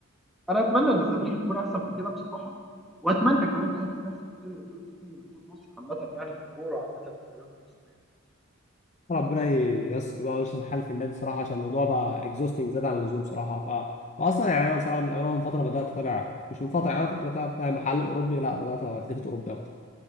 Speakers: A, in the centre; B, on the left.
A: انا اتمنى ان الزمالك يكون احسن من كده بصراحه واتمنى كمان الاهلي يكون احسن من كده لان دول اسمين بيمثلوا مصر عامه يعني في الكوره عامه وفي الرياضه المصريه
B: ربنا ييسر بقى ويصلح الحال في النادي صراحه عشان الموضوع بقى اكزوستنج زاد عن اللزوم صراحه ف واصلا يعني انا صراحه من الأول من فتره بدات اتابع مش من فتره يعني انا كنت بتابع بتاع محل اوروبي لا بدات اتلفت اوروبي اكتر